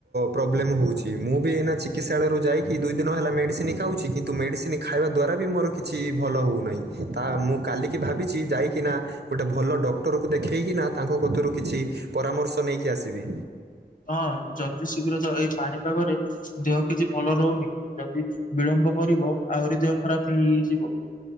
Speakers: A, on the right; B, on the left.
A: ପ୍ରୋବ୍ଲେମ୍ ହେଉଛି ମୁଁ ବି ଏଇନା ଚିକିତ୍ସାଳୟରୁ ଯାଇକି ଦୁଇ ଦିନ ହେଲା ମେଡ଼ିସିନ ଖାଉଛି କିନ୍ତୁ ମେଡିସିନ୍ ଖାଇବା ଦ୍ୱାରା ବି ମୋର କିଛି ଭଲ ହେଉନାହିଁ ତା ମୁଁ କାଲିକି ଭାବିଛି ଯାଇକିନା ଗୋଟେ ଭଲ ଡକ୍ଟରକୁ ଦେଖେଇକିନା ତାଙ୍କ କରୁ କିଛି ପରାମର୍ଶ ତ ନେଇକି ଆସିବି।
B: ହଁ ଜଲଦି ଶୀଘ୍ର ତ ଏଇ ପାଣିପାଗରେ ଦେହ କିଛି ଭଲ ରହୁନି, ଯଦି ବିଳମ୍ବ କରିବ ଆହୁରି ଦେହ ଖରାପ ହେଇଯିବ।